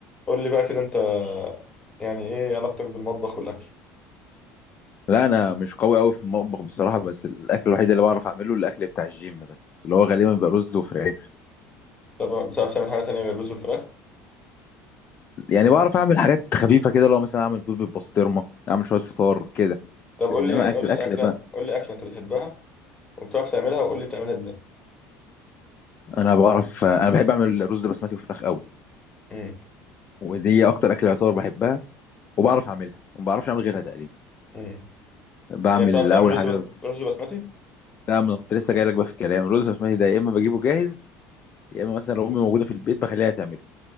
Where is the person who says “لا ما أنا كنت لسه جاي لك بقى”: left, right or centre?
Left